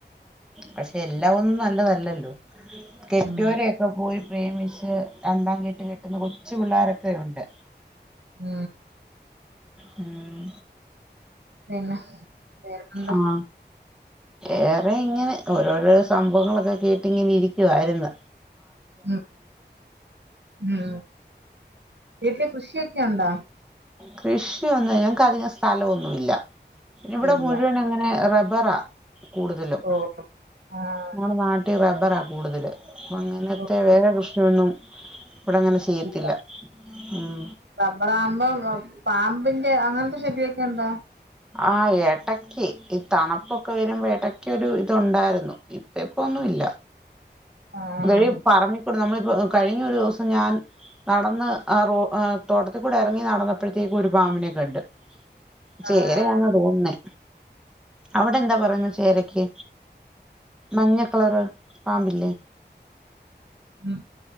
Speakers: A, in the centre; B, on the right.
A: പക്ഷെ എല്ലാം ഒന്നും നല്ലതല്ലല്ലോ കെറ്റയോരൊക്കെ
B: ഉം
A: പോയി പ്രേമിച്ച് രണ്ടാം കെട്ട് കെട്ടുന്ന കൊച്ചു പിള്ളാരൊക്കെ ഉണ്ട്
B: മ്
A: മ്
B: പിന്നെ വേറെന്താ
A: ആഹ് വേറെ ഇങ്ങനെ ഓരോരോ സംഭവങ്ങളൊക്കെ കേട്ടിങ്ങനെ ഇരിക്കുവായിരുന്ന്
B: മ് മ് വീട്ട്ല് കൃഷിയൊക്കെ ഉണ്ടാ
A: കൃഷി ഒന്നുല്ല ഞങ്ങക്ക് അധികം സ്ഥലവൊന്നുല്ല ഇവിടെ
B: ഇല്ല
A: മുഴുവൻ അങ്ങനെ റബ്ബ വേറാ കൂടുതലും
B: ഓ ആഹ്
A: ഞങ്ങടെ നാ റബ്ബറാ കൂടുതല് അങ്ങനത്തെ
B: ഓ
A: വേറെ കൃഷിയൊന്നും ഇവിടെ അങ്ങനെ ചെയ്യത്തില്ല
B: ഇല്ല
A: ഉം
B: റബ്ബറാവ്മ്പോ <unintelligible> പാമ്പിന്റെ അങ്ങനത്തെ ശല്യെ നി എന്താ
A: ആഹ് ഏട്ടക്ക് ഈ തണുപ്പൊക്കെ വരുമ്പോ ഏടക്കൊരു ഇത് ഒണ്ടായിരുന്നു ഇ ഇപ്പൊന്നു ഇല്ല
B: ആഹ്
A: ഇവരീ പറഞ്ഞ് നമ്മളിപ്പോ കഴിഞ്ഞൊരു ദിവസം ഞാൻ നടന്ന് ആ റോ ആഹ് തോട്ടത്തിൽക്കൂടെ ഇറങ്ങി നടന്നപ്പോഴത്തേക്ക് ഒരു പാമ്പിനെ കണ്ട് ചേരയാന്നാ
B: ആഹ്
A: തോന്ന്ന്നേ അവിടെ എന്താ പറയുന്നെ ശെരിക്ക് മഞ്ഞ കളറ് പാമ്പില്ലേ
B: മ്